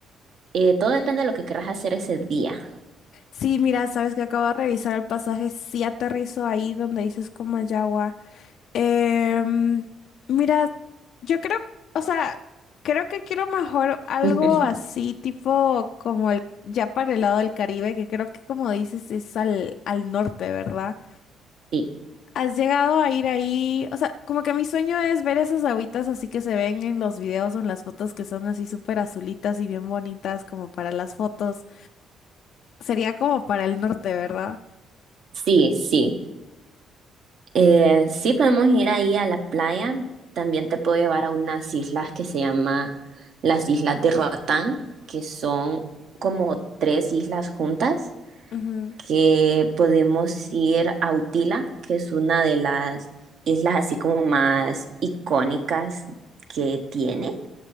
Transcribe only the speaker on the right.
Eh, todo depende de lo que querrás hacer ese día.
<laughs>
Sí,
sí, sí. Eh, sí podemos ir ahí a la playa. También te puedo llevar a unas islas que se llama las Islas de Roatán, que son como tres islas juntas
que podemos ir a Utila, que es una de las islas así como más icónicas que tiene